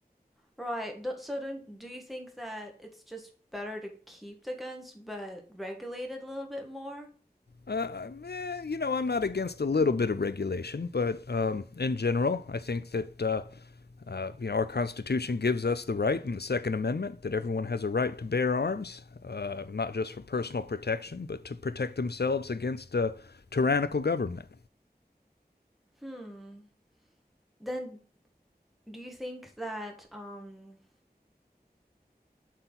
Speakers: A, in the centre; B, on the left (about 80°).
A: Right. Do- So don't, do you think that it's just better to keep the guns but regulate it a little bit more?
B: Uh, eh, you know, I'm not against a little bit of regulation, but um, in general, I think that uh, uh, you know our Constitution gives us the right in the Second Amendment that everyone has a right to bear arms, uh, not just for personal protection, but to protect themselves against a tyrannical government.
A: Hmm. Then do you think that um